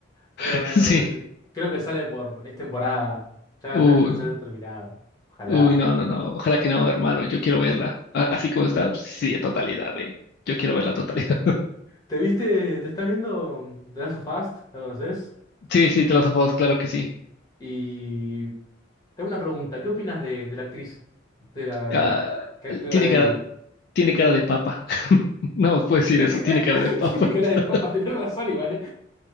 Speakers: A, on the left; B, on the left.
A: Pero
B: <laughs> Sí.
A: eh, creo que sale por, es temporada. Ya,
B: Uy,
A: ya, ya, ya ha terminado. Ojalá.
B: uy, no, no, no. Ojalá que no, hermano. Yo quiero verla. A- Así como está, sí, en totalidad, eh. Yo quiero ver la totalidad. <laughs>
A: ¿Te viste, te estás viendo The Last of Us? ¿La conoces?
B: Sí, sí, te las of Us, claro que sí.
A: Y te hago una pregunta, ¿qué opinas de, de la actriz? De la
B: Ah,
A: eh, que actúa
B: tiene
A: de
B: cara,
A: Ellie.
B: tiene cara de papa. <laughs> No puedo decir
A: <laughs> Tiene
B: eso,
A: cara,
B: tiene cara de papa.
A: tiene cara
B: <laughs>
A: de papa, tenés razón y vale.